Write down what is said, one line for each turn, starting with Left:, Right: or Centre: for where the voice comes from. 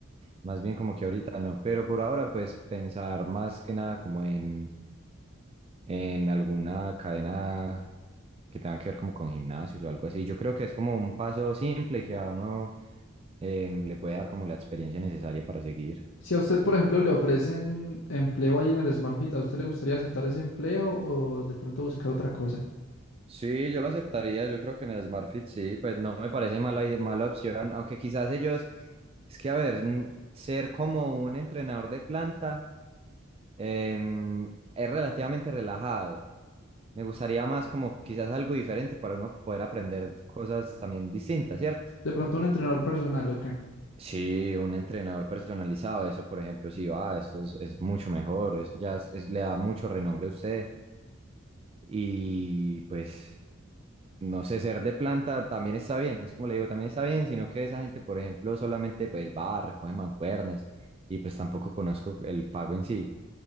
Right: más bien como que ahorita no, pero por ahora pues pensar más que nada como en en alguna cadena que tenga que ver como con gimnasios o algo así. Yo creo que es como un paso simple y que a uno em, le puede dar como la experiencia necesaria para seguir.
Left: Si a usted, por ejemplo, le ofrecen empleo ahí en el Smart Fit, ¿a usted le gustaría aceptar ese empleo o de pronto buscar otra cosa?
Right: Sí, yo lo aceptaría, yo creo que en el Smart Fit sí, pues no me parece mala, ide- mala opción, aunque quizás ellos, es que a ver, n- ser como un entrenador de planta em, es relativamente relajado. Me gustaría más como quizás algo diferente para uno poder aprender cosas también distintas, ¿cierto?
Left: De pronto un entrenador personal o qué?
Right: Sí, un entrenador personalizado, eso por ejemplo, sí va, eso es, es mucho mejor, eso ya es- es- le da mucho renombre a usted y pues no sé, ser de planta también está bien, es como le digo, también está bien, sino que esa gente, por ejemplo, solamente pues va, recoge mancuernas y pues tampoco conozco el pago en sí.